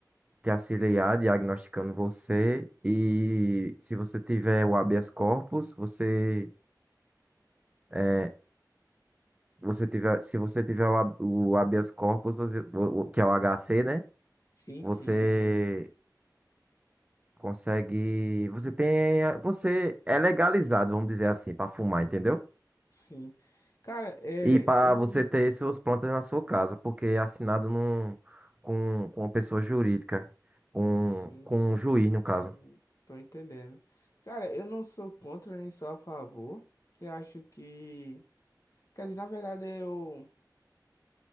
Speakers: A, on the right; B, on the left.
A: te auxiliar diagnosticando você. E se você tiver o habeas corpus, você é, você tiver, se você tiver o, hab- o habeas corpus, você- o- o- que é o HC, né?
B: sim,
A: Você
B: sim, é.
A: consegue, você tem, a- você é legalizado, vamos dizer assim, para fumar, entendeu?
B: Sim. Cara, é,
A: E para
B: eu.
A: você ter suas plantas na sua casa, porque é assinado num, com, com uma pessoa jurídica, com,
B: Sim,
A: com um juiz, no caso.
B: tô entendendo. Cara, eu não sou contra nem sou a favor. Eu acho que. Quer dizer, na verdade eu